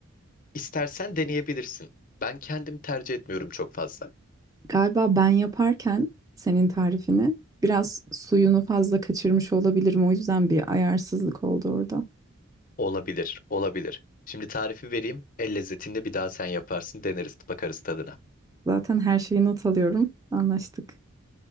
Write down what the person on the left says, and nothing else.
istersen deneyebilirsin. Ben kendim tercih etmiyorum çok fazla.
Olabilir, olabilir. Şimdi tarifi vereyim. El lezzetinde bir daha sen yaparsın. Deneriz, bakarız tadına.